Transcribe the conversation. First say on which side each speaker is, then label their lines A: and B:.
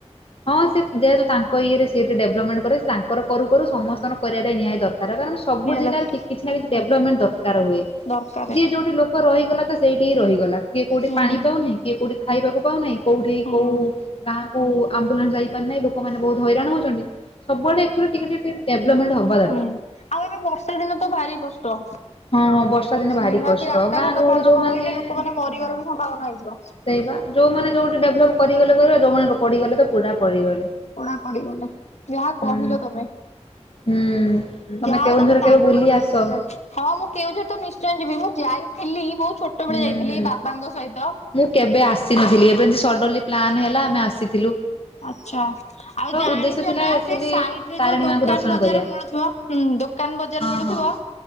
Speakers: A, on the left; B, on the left.
A: ହଁ ସେ ଯେହେତୁ ତାଙ୍କ ଇଏରେ, ସେ ଡେଭଲପମେଣ୍ଟ କରିବେ, ତାଙ୍କର କରୁ କରୁ ସମସ୍ତଙ୍କର କରିବାଟା ବି ନିହାତି ଦରକାର, କାରଣ ସବୁ
B: ନିହାତି
A: ଜିଲ୍ଲାରେ ଟି କି ଡେଭଲପମେଣ୍ଟ ଦରକାର ହୁଏ,
B: ଦରକାରେ
A: ଯିଏ ଯୋଉଠି ଲୋକ ରହିଗଲା ତ ସେଇଠି ହି ରହିଗଲା, କିଏ କୋଉଠି
B: ହୁଁ
A: ପାଣି ପାଉନାହିଁ, କିଏ କୋଉଠି ଖାଇବାକୁ ପାଉନାହିଁ, କୋଉଠି
B: ହୁଁ
A: କୋଉ ଗାଁ କୁ ଆମ୍ବୁଲାନ୍ସ ଯାଇପାରି ନାହିଁ, ଲୋକମାନେ ବହୁତ ହଇରାଣ ହଉଛନ୍ତି, ସବୁଆଡେ ଏଥୁରୁ ଟିକେଟିକେ ଟିକେଟିକେ ଡେଭଲପମେଣ୍ଟ ହବ।
B: ହୁଁ, ଆଉ ଏବେ ବର୍ଷା ଦିନ ତ ଭାରି କଷ୍ଟ।
A: ହଁ, ବର୍ଷ ବର୍ଷା ଦିନେ ଭାରି
B: ନିହାତି
A: କଷ୍ଟ,
B: ରାସ୍ତାଘାଟ
A: ଗାଁ ଗହଳି
B: ଭଲ
A: ଯୋଉମାନେ
B: ନ ରହିଲେ
A: ଏ,
B: ଲୋକମାନେ ମରିବାର
A: ହଁ,
B: ବି ସମ୍ଭାବନା ହେଇଯିବ।
A: ସେଇପା। ଯୋଉମାନେ ଯଉଠି ଡେଭଲପ୍ କରିଗଲେ, କରିଗଲେ, ଯୋଉମାନେ ପଡିଗଲେ ତ, ପୁରା ପଡିଗଲେ,
B: ପୋଡା ପଡିଗଲେ ଯାହା କହିଲ
A: ହୁଁ।
B: ତମେ
A: ହୁଁ, ତମେ
B: ଯାହା
A: କେଉଁଝର
B: ହଉ ତାର
A: କେବେ ବୁଲି ଆସ।
B: ହଁ, ମୁଁ କେଉଁଝର ତ ନିଶ୍ଚୟ ଯିବି, ମୁଁ ଯାଇଥିଲି, ବହୁତ ଛୋଟ
A: ହୁଁ
B: ବେଳେ ଯାଇଥିଲି,
A: ହୁଁ।
B: ଏଇ ବାବା ଙ୍କ ସହିତ।
A: ମୁଁ କେବେ ଆସିନଥିଲି। ଏବେ ସଡନଲି ପ୍ଲାନ୍ ହେଲା ଆମେ ଆସିଲୁ।
B: ଆଛା ଆଉ ଜାଣିଚ
A: ଉଦ୍ଦେଶ୍ୟ ଥିଲା
B: ନା
A: ଆକ୍ଚୁଆଲି
B: ସେ ସାଇଟରେ
A: ତାରିଣୀ
B: ଯୋଉ ଦୋକାନ
A: ମାଙ୍କୁ ଦର୍ଶନ
B: ବଜାର
A: କରିବା
B: ମିଳୁଥିବ। ହୁଁ ଦୋକାନ ବଜାର
A: ହଁ
B: ମିଳୁଥିବ।
A: ହଁ